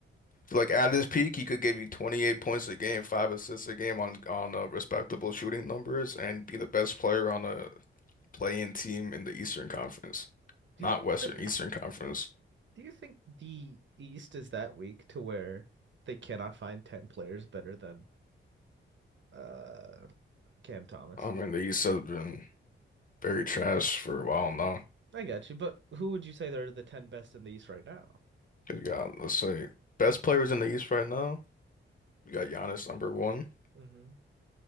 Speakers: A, on the left; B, on the right.
A: Like at his peak, he could give you 28 points a game, five assists a game on on uh, respectable shooting numbers, and be the best player on a play-in team in the Eastern Conference,
B: Do
A: not
B: you think
A: Western,
B: the
A: Eastern Conference.
B: do you think the East is that weak to where they cannot find 10 players better than uh Cam Thomas?
A: I mean, the East has been very trash for a while now.
B: I got you, but who would you say are the 10 best in the East right now?
A: 'Cause you got, let's say, best players in the East right now. You got Giannis number one,
B: Mm-hmm.